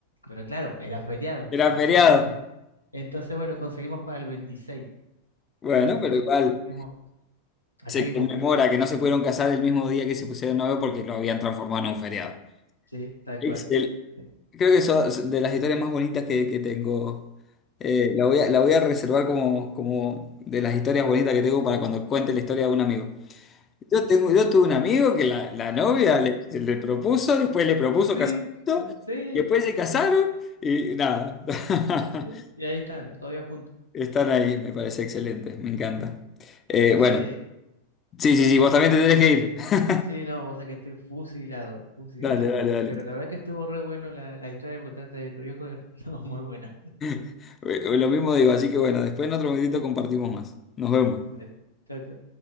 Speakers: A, on the left; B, on the left.
A: Pero claro, era feriado.
B: era
A: Entonces,
B: feriado.
A: el- el- entonces bueno, conseguimos para el 26.
B: Bueno,
A: Entonces,
B: pero
A: que
B: igual
A: cumplimos. Así
B: se
A: que
B: conmemora
A: cumplimos.
B: que no se pudieron casar el mismo día que se pusieron novio porque lo habían transformado en un feriado.
A: Sí, tal
B: Excel.
A: cual. Sí,
B: Creo que eso es de las historias más bonitas que, que tengo. Eh, la voy a, la voy a reservar como, como de las historias bonitas que tengo para cuando cuente la historia de un amigo. Yo tengo, yo tuve un amigo que la, la novia le, le propuso, después le propuso
A: sí,
B: casamiento,
A: sí.
B: y después se casaron y nada. <laughs>
A: sí. Y ahí están, todavía juntos.
B: Están ahí, me parece excelente, me encanta. Eh, bueno,
A: Sí,
B: sí, sí, sí, vos también te tenés que ir. <laughs>
A: sí, no, o sea que estoy fusilado, fusilado.
B: Dale, dale, dale.
A: Pero la verdad que estuvo re bueno la, la historia que me contaste de tu viejo. <laughs> No, muy buena.
B: <laughs> Lo mismo digo, así que bueno, después en otro momentito compartimos más. Nos vemos.
A: Dale, chao, chao.